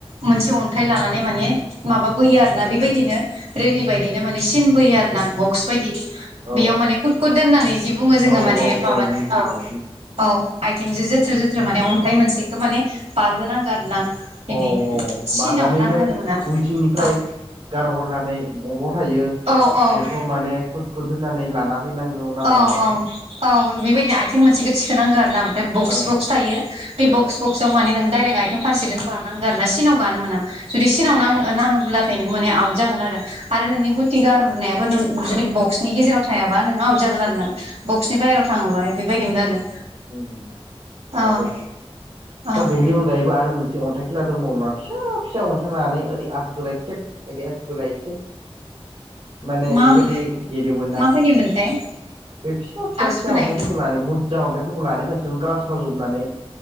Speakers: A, on the right; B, on the right.
A: मोनसे अन्थाइ लानानै माने माबाबोयो आरोना बेबायदिनो रेडि बायदिनो माने सिनबोयो आरो ना ब'क्स बायदि
B: औ
A: बेयाव माने कुदखौ दोननानै जि बुङो जोङो
B: औ
A: माने
B: औ
A: माबानानै
B: मिथिगौ
A: औ औ आथिंजों जोथ्रोद-जोथ्रोद माने अन्थाइ मोनसेखो माने बारहोनांगो आरो ना। बिदि
B: औ
A: सिनाव
B: बारानिफ्राय
A: नांहोनो मोना
B: उनथिंनिफ्राय
A: औ
B: गारहरनानै बबाव थायो
A: औ
B: <unintelligible>
A: औ
B: बेखौ माने कुद -कुद होननानै लाना फैनांगौ। नामामोनथाय
A: औ - औ - औ बेबायदि आथिं मोनसेखौ थिखोनांगौ आरो ना बे बक्स-बक्स
B: औ
A: थायो बे
B: औ
A: बक्स-बक्स माने नों दडायरेक्ट आइथें फारसेदोनो बारनांगो आरो ना सिनाव गानो मोना जुदि सिनाव नाङो नाङोब्ला खानो नों माने आवत जागोन आरो नोंनि गुथि गारहरनायाबो नों जुदि बक्सनि गेजेराव थायाबा नों आवत जागोन गोन आरोना बक्सनि बाहेरायाव थाङोबा बेबायदि मोन आरो
B: नंगौ
A: अ
B: नंगौ
A: अ
B: दा बेनि अनगायैबो आरो मोनसे अन्थाइ खेला दंबावो ना फिसा फिसा अन्थाइ लानानै ओरै आसबोलाय टेक <unintelligible> माने
A: मा
B: बेबायादि गेलेयोमोन ना
A: माबायदिमोनथाय
B: बे फिसा फिसा
A: आस
B: फिसा
A: बोनाय
B: अन्थाइफोरखौ लानै बुरजा अन्थाइफोरखौ लानै खनसे गावस्रावजोबनानै